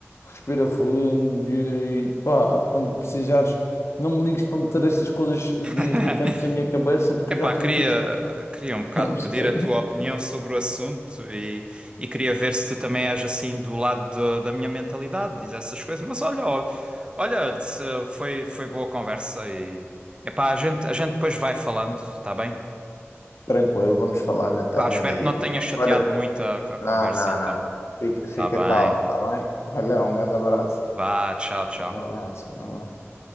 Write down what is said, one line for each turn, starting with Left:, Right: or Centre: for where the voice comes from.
Left: respira fundo e pá, quando precisares, não me ligues para meter estas coisas irritantes
Right: <laughs>
Left: na minha cabeça porque
Right: Epá,
Left: eu já estou
Right: queria,
Left: irritado,
Right: queria
Left: <laughs>
Right: um bocado
Left: estás a perceber?
Right: pedir a tua opinião sobre o assunto e, e queria ver se tu também és assim do lado de- da minha mentalidade, diz essas coisas. Mas olha, ó, olha, se- foi, foi boa conversa e epá, a gente, a gente depois vai falando, tá bem?
Left: Tranquilo, vamos falando então,
Right: Pá, espero
Left: ganda Yuri.
Right: que não te tenha chateado
Left: Olha,
Right: muito a, a conversa
Left: não, não,
Right: então.
Left: não. Fica, fica
Right: Tá bem.
Left: calmo, tá bem? Olha, um grande abraço.
Right: Vá, tchau, tchau.
Left: Um abraço, um abraço.